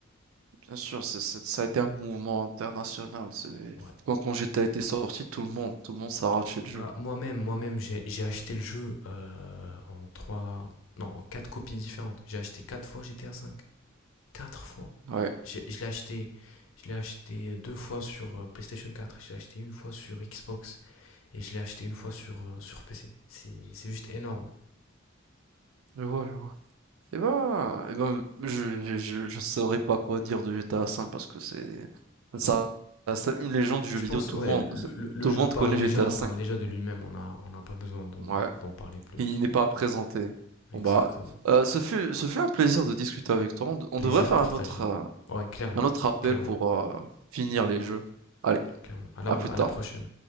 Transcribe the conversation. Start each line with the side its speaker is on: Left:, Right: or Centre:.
Right: bien sûr, c'est, c'est- ça a été un mouvement international. C'est...
Left: Ouais.
Right: Quand, quand G T a était sorti, tout le monde, tout le monde s'arrachait le
Left: Bah,
Right: jeu.
Left: moi-même, moi-même, j'ai j'ai acheté le jeu euh, en trois, non, en quatre copies différentes. J'ai acheté quatre fois GTA 5. Quatre fois.
Right: Ouais,
Left: Je, je l'ai acheté, je l'ai acheté deux fois sur euh, PlayStation 4, je l'ai acheté une fois sur Xbox et je l'ai acheté une fois sur, euh, sur PC. C'est c'est juste énorme.
Right: je vois, je vois. Eh ben, eh ben, je, je, je, je saurais pas quoi dire de GTA 5 parce que c'est, ça, c'est une légende du jeu
Left: Je
Right: vidéo.
Left: pense,
Right: Tout
Left: ouais,
Right: le monde,
Left: le,
Right: <laughs>
Left: le- le
Right: tout le
Left: jeu
Right: monde
Left: parle
Right: connaît GTA
Left: déjà,
Right: 5.
Left: parle déjà de lui-même, on n'a on n'a pas besoin d'en
Right: Ouais.
Left: parler plus.
Right: Il n'est pas à présenter.
Left: Exactement.
Right: Bon bah, euh, ce fut, ce fut un plaisir de discuter avec toi. On, d- on
Left: Plaisir
Right: devrait faire
Left: partagé.
Right: un autre, euh,
Left: Ouais, clairement,
Right: Un autre appel
Left: clairement,
Right: pour euh, finir les jeux. Allez,
Left: clairement. À la,
Right: à plus
Left: à
Right: tard.
Left: la prochaine.